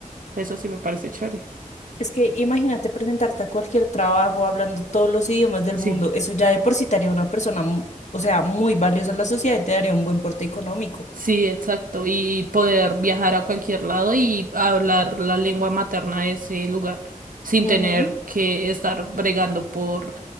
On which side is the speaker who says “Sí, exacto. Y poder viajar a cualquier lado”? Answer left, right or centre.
Right